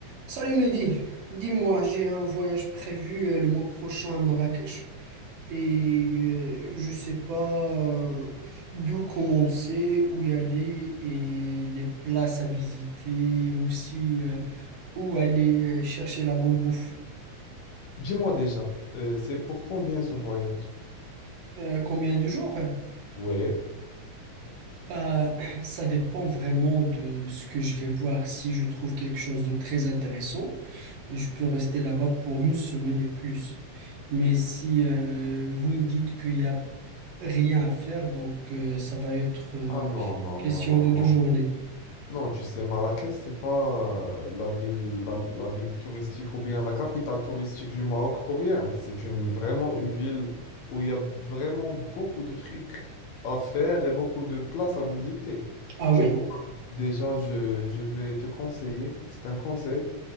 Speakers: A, on the right; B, on the left.
A: Salut Mehdi, dis-moi, j'ai un voyage prévu euh, le mois prochain à Marrakech et euh, je sais pas euh, d'où commencer, où y aller et les places à visiter, aussi euh, où aller euh, chercher la bonne bouffe.
B: Dis-moi déjà, euh, c'est pour combien ce voyage?
A: Euh, combien de jours?
B: Ouais.
A: Bah, <clears throat> ça dépend vraiment de ce que je vais voir. Si je trouve quelque chose de très intéressant, je peux rester là-bas pour une semaine et plus. Mais si euh, vous me dites qu'il y a rien à faire, donc euh, ça va être euh,
B: Ah non, non,
A: question
B: non, non,
A: de deux
B: non.
A: journées.
B: Non, tu sais, Marrakech, c'est pas euh, la ville, la, la ville touristique ou bien la capitale touristique du Maroc pour rien. C'est une, vraiment une ville où il y a vraiment beaucoup de trucs à faire et beaucoup de places à visiter.
A: Ah oui?
B: Tu vois, déjà, je, je vais te conseiller, c'est un conseil,